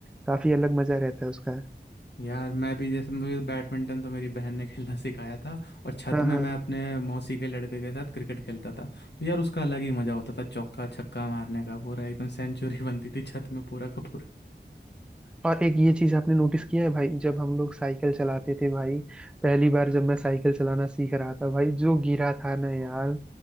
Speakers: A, in the centre; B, on the left (about 70°).
A: काफी अलग मजा रहता है उसका
B: यार मैं भी जैसे मुझे बैडमिंटन तो मेरी बहन ने खेलना सिखाया था और छत
A: हाँ हाँ
B: में मैं अपने मौसी के लड़के के साथ क्रिकेट खेलता था तो यार उसका अलग ही मज़ा होता था चौका छक्का मारने का पूरा एकदम सेंचुरी <laughs> बनती थी छत में पूरा का पूरा
A: और एक ये चीज आपने नोटिस किया है भाई जब हम लोग साइकिल चलाते थे भाई पहली बार जब मैं साइकिल चलाना सीख रहा था भाई जो गिरा था ना यार